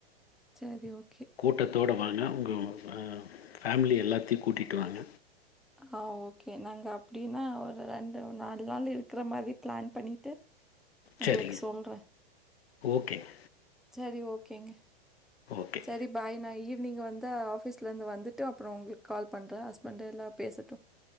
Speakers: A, in the centre; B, on the left (about 75°).
A: சேரி ஓகே
B: கூட்டத்தோட வாங்க உங்க ஃபேமிலி எல்லாத்தையு கூட்டிட்டு வாங்க
A: ஆ ஓகே நாங்க அப்டினா ஒரு ரெண்டு நாலு நாள் இருக்கிற மாரி ப்ளான் பண்ணிட்டு உங்களுக்கு
B: சரிங்க
A: சொல்ற
B: ஓகேங்க
A: செரி ஓகேங்க
B: ஓகே
A: செரி பாய் நா இவ் நீங்க வந்து ஆஃபீஸ்லந்து வந்துட்டு அப்றோ உங்களுக்கு கால் பண்ற ஹஸ்பண்ட எல்லா பேசட்டு